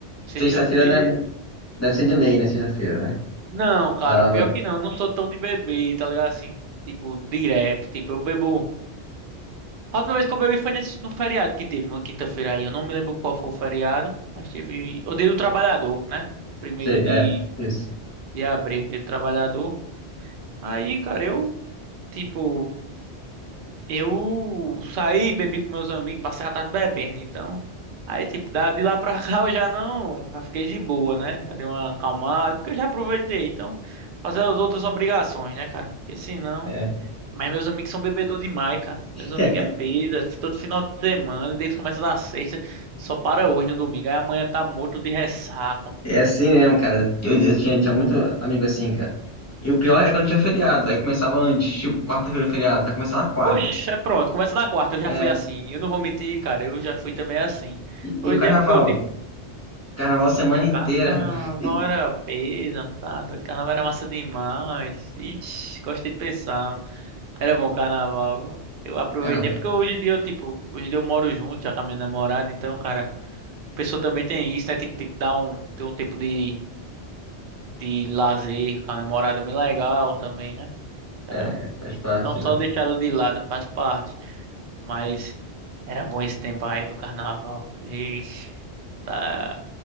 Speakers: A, on the right; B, on the left.
A: Sexta-feira.
B: sexta-feira deve, deve ser de lei, né? Sexta-feira, né?
A: Não, cara,
B: Sábado,
A: pior que não, eu não sou tão de beber, tá ligado? Assim, tipo, direto, tipo, eu bebo. A última vez que eu bebi foi nesse, no feriado que teve, numa quinta-feira aí. Eu não me lembro qual foi o feriado, mas teve o Dia do Trabalhador, né? Primeiro
B: sei,
A: de,
B: é, isso.
A: de abril, Dia do Trabalhador. Aí, cara, eu, tipo. Eu saí, bebi com meus amigos, passei a tarde bebendo, então. Aí, tipo, da- de lá pra <laughs> cá eu já não. Já fiquei de boa, né? Já dei uma acalmada, porque eu já aproveitei. Então, fazer as outras obrigações, né, cara? Porque senão.
B: É.
A: Mas meus amigos são bebedor demais, cara.
B: <laughs>
A: Meus amigos é peida, todo final de semana, desde que começa na sexta, só para hoje no domingo. Aí amanhã tá morto de ressaca.
B: É assim mesmo, cara. Eu, eu tinha, tinha muito amigo assim, cara. E o pior é quando tinha feriado, aí começava antes, tipo, quarta-feira é feriado, aí começava quarta.
A: Oxe, é pronto, começa na quarta, eu já
B: É.
A: fui assim. Eu não vou mentir, cara, eu já fui também assim.
B: E,
A: Hoje
B: e o carnaval?
A: é porque eu
B: Carnaval semana
A: Eita,
B: inteira.
A: carnaval
B: <laughs>
A: era peso, tá? doido, Carnaval era massa demais. Ixi, gostei de pensar. Era bom carnaval. Eu aproveitei,
B: Carnaval.
A: é porque hoje em dia eu, tipo, hoje em dia eu moro junto já com a minha namorada, então, cara, a pessoa também tem isso, né? Tipo, tem que dar um, ter um tempo de, de lazer com a namorada bem legal também, né? Cara,
B: É, faz parte,
A: não
B: né?
A: só deixar ela de lado, faz parte. Mas era bom esse tempo aí do carnaval. Ixi, tá.